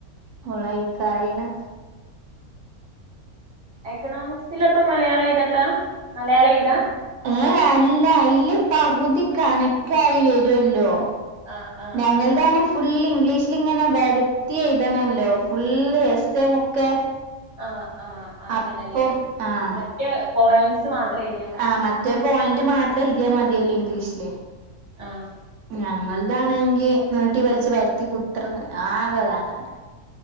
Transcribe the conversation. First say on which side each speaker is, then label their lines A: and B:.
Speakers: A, on the right; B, on the right.
A: കൊളായി കായിണ്
B: എക്കണോമിക്സിലപ്പ മലയാളം എഴ്തണ്ടാ മലയാളം എഴ്താ
A: ഏ അല്ല അയ്ല് പകുതി കണക്കായി വരുവല്ലോ
B: ആഹ് ആഹ്
A: ഞങ്ങൾതാണ്
B: ആഹ്
A: ഫുള്ള് ഇംഗ്ലീഷിൽ ഇങ്ങനെ വെരത്തി എഴുതണല്ലോ ഫുള്ള് എസ് എം ഒക്കെ
B: ആഹ് ആഹ് അങ്ങനല്ലെ
A: അപ്പം ആഹ്
B: മറ്റേ പോയന്റ്സ് മാത്രെഴ്തിയ
A: ആഹ് മറ്റേ പോയിന്റ് മാത്രെഴുതിയാ മതിയല്ലോ ഇംഗ്ലീഷില്
B: ആഹ്
A: ഞങ്ങള്താണെങ്കി നീട്ടി വലിച്ച് വരത്തി കുത്രർന്ന് ആകെ ഇതാക്കാണ്ടെ